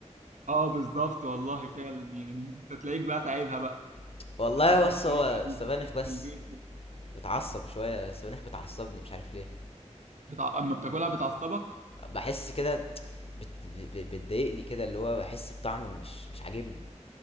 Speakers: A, on the right; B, on the left.
A: اه بالظبط والله فعلا يعني انت تلاقيك بقى تعيبها بقى
B: <laughs> والله
A: اكل
B: بُص،
A: سريع
B: هو السبانخ
A: وبتاكل
B: بس.
A: في البيت
B: بتعصب شوية السبانخ بتعصبني مش عارف ليه
A: بتع... اما بتاكلها بتعصبك
B: بحس كده بت... ب- ب- بتضايقني كده اللي هو بحس بطعم مش مش عاجبني